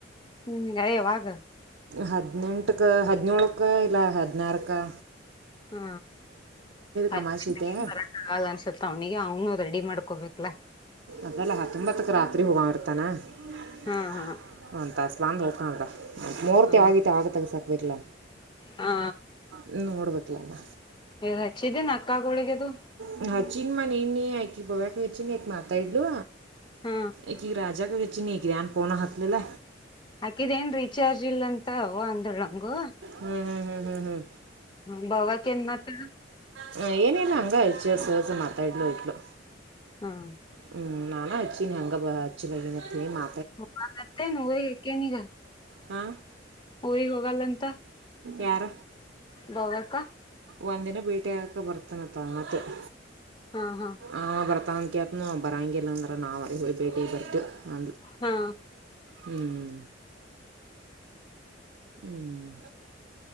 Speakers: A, on the left; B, on the right.
A: ಹ್ಮ್ ಯಾವಾಗ.
B: ಹದಿನೆಂಟಕ್ಕೆ ಹದಿನೇಳಕ ಇಲ್ಲ ಹದಿನಾರಕಾ.
A: ಹಾ. <unintelligible>
B: ಕಮಾಶಿ ಐತೆ
A: ಹಾಲ್ ಅನ್ಸುತ್ತ ಅವ್ನಿಗೆ ಅವನು ರೆಡಿ ಮಾಡ್ಕೋಬೇಕಲಾ.
B: ಅದಲ್ಲ ಹತ್ತೊಂಬತ್ತಕ ರಾತ್ರಿ ಹೋಗಂಗ ಇರ್ತಾನ. ಅಂತ
A: ಹಾ ಹಾ
B: ಒಂದು ತಾಸ್ ಬಂದು ಹೋಗ್ತಾನಲ್ಲ ಮೂರ್ತಿ
A: ಹಾ
B: ಆಗೈತಿ ಆಗತ್ತಾಗ ತಗಸಕ್ಬೇಕಲ್ಲ.
A: ಹಾ.
B: ಹ್ಮ ನೋಡಬೇಕಲ್ಲ.
A: ಹಚ್ಚಿದೇನು ಅಕ್ಕ ಗಳಿಗೆ ಅದು.
B: ಹ್ಮ್ ಅಚ್ಚಿದ್ನಮ್ಮ ನಿನ್ನೆ ಅಕ್ಕಿ ಭವ್ಯಕ್ಕ ಹಚ್ಚಿದ್ನ ಅಕ್ಕಿ ಮಾತಾಡ್ಲು.
A: ಹ್ಹಾ.
B: ಈಕಿ ರಾಜಾ ಗು ಅಚ್ಚಿನಿ ಏನ್ ಪೋಣ ಹತ್ಲಿಲ್ಲ.
A: ಹಾಕಿದ್ ಏನ್ ರೀಚಾರ್ಜ್ ಇಲ್ಲ ಅಂತ ಅವ್ವ ಅಂತ ಅಂದ್ಳು ನಮ್ಗು.
B: ಹ್ಮ್ ಹ್ಮ್ ಹ್ಮ್ ಹ್ಮ್ ಹ್ಮ್
A: ಹ್ಮ ಅವಾಗಿಂದ ಅಂತ್ರ <unintelligible>
B: ಹ ಏನಿಲ್ಲ ಹಂಗ <unintelligible> ಮಾತಾಡಿದಳು ಇಟ್ಲು.
A: ಹ್ಮ್.
B: ಹ್ಮ್ ನಾನಾ ಹಚಿ ನೀ ಅಂಗ ಅಚ್ಚನ ಮಾ
A: ಹ ಬತ್ತೆನು ಅಕೆನ್ ಈಗ <unintelligible>
B: ಹ್ಹಾ.
A: ಊರಿಗ್ ಹೋಗಲ್ಲಂತ
B: ಯಾರ
A: ಭವ್ಯಕ್ಕ
B: ಒಂದಿನ ಬೀಟಿಗೆಕ ಹಾಕೊ ಬರ್ತಾನಂತ ಆತು. <inaudible>
A: ಹಾ ಹಾ
B: ಅವ ಬರ್ತಾನಂತ ಕೇಳ್ತೀನಿ ಅವಾ ಬರಂಗಿಲ್ಲ ಅಂದ. ನಾವಲ್ಲಿ ಹಿ ಭೇಟಿ ಆಗಿ ಬಂದವು ಆ
A: ಹಾ
B: ಹ್ಮ್ ಹ್ಮ್